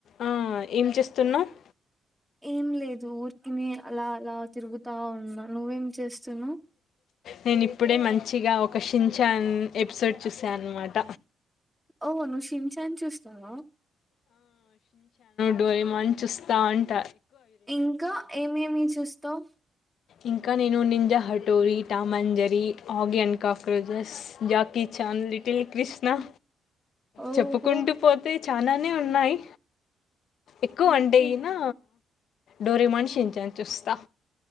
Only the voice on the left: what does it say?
ఆ ఏం చేస్తున్నావ్.
నేను ఇప్పుడే మంచి మంచిగా ఒక షిన్ఛాన్ ఎపిసోడ్ చూసాఅనమాట.
డోరా మ్యాన్ చూస్తా ఉంట
ఇంకా నేను నింజ హటోరి టామాంజరి ఆగి and cockroaches Jackie Chan little Krishna
చెప్పుకుంటూ పోతే చానానే ఉన్నాయ్ ఎక్కువ
అంటే గినా డోరేమాన్ షించాన్ చూస్తా